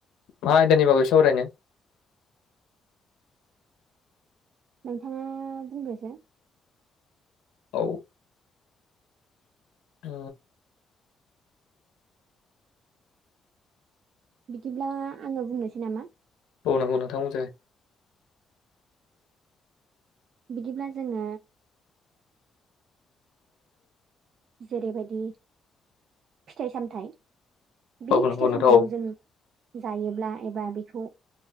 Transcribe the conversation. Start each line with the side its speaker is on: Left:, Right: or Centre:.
Left: मा आयदानि बागै? सावरायनो?
Right: नोंथाङा बुंदोसाय।
Left: औ ओ
Right: बिदिब्ला आङो बुंनोसै नामा?
Left: अ नंगौ नोंथांमोनजों
Right: बिदिब्ला जोङो जेरैबायदि फिथाइ सामथायाइ बे
Left: औ नंगौ
Right: फिथाइ
Left: नोंथां
Right: सामथायाइखौ जों जायोब्ला एबा बेखौ